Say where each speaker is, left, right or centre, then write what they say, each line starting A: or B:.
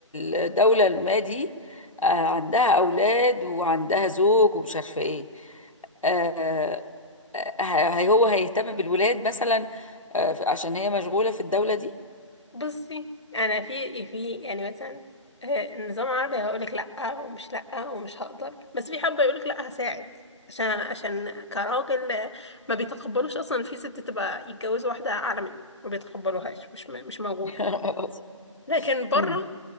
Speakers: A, on the left; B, on the left.
A: الدولة ما دي آه عندها أولاد وعندها زوج ومش عارفة ايه آه آه، هي هو هيهتم بالولاد مثلا آه عشان هي مشغولة في الدولة دي
B: بصي أنا في إيه، في يعني مثلا آه، النظام العربي هيقولك لأ ومش لأ ومش هقدر بس في حبة يقولك لأ هساعد عشان عشان كراجل آه، ما بيتقبلوش أصلا في ست تبقى يتجوز واحدة أعلى منه ما بيتقبلوهاش مش م- مش موجودة
A: <laughs>
B: لكن بره
A: مم،